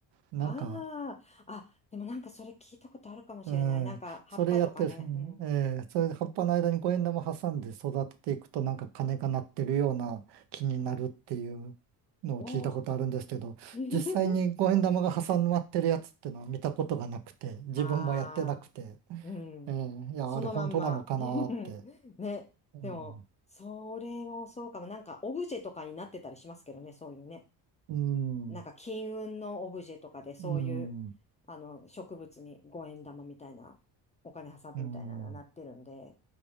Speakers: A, on the right (about 70°); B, on the left (about 20°).
A: なんか、
B: ああ、あ、でもなんかそれ聞いたことあるかもしれない。
A: うん、
B: なんか葉っぱとかね。
A: それやってる、
B: うん。
A: えー、それで葉っぱの間に五円玉挟んで育てていくと、なんか金が鳴ってるような木になるっていうのを聞いたことあるんですけど、
B: おお。<laughs>
A: 実際に五円玉が挟まってるやつっていうのは見たことがなくて、自分もやってなくて、
B: ああ、うん。
A: えー、いや、
B: そのまんま。
A: あれ本当なのかなーって。
B: <laughs> ね。
A: うん、
B: でも、それもそうかも。なんかオブジェとかになってたりしますけどね、そういうね。
A: うん、
B: なんか金運のオブジェとかでそういう、
A: うん、
B: あの、植物に五円玉みたいな、お金挟むみたいなのがなってるんで、
A: うん、